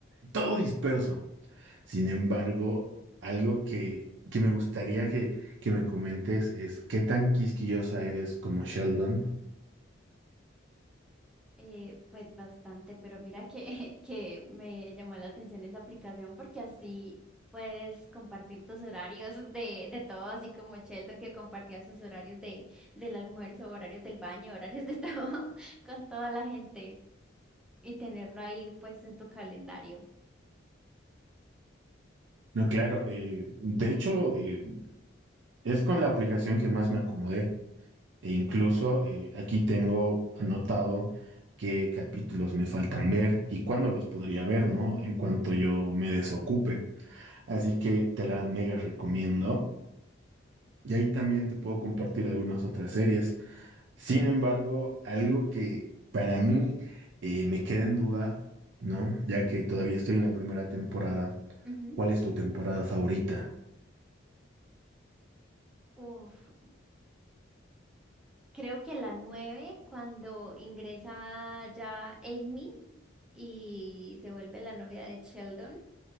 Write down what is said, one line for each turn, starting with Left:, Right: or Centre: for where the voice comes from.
Right: todo disperso. Sin embargo, algo que, que me gustaría que, que me comentes es qué tan quisquillosa eres como Sheldon
Centre: Eh, pues bastante, pero mira que, <laughs> que me llamó la atención esa aplicación porque así puedes compartir tus horarios <laughs> de, de todo, así como Sheldon que compartía sus horarios de, del almuerzo, horarios del baño, horarios de todo <laughs> con toda la gente y tenerlo ahí puesto en tu calendario.
Right: No, claro. eh, de hecho, eh, es con la aplicación que más me acomodé. E incluso eh, aquí tengo anotado qué capítulos me faltan ver y cuándo los podría ver, ¿no? En cuanto yo me desocupe. Así que te la mega recomiendo. Y ahí también te puedo compartir algunas otras series. Sin embargo, algo que para mí eh, me queda en duda, ¿no? Ya que todavía estoy en la primera temporada,
Centre: Ujú.
Right: ¿cuál es tu temporada favorita?
Centre: Uf, creo que la 9 cuando ingresa ya Amy y se vuelve la novia de Sheldon.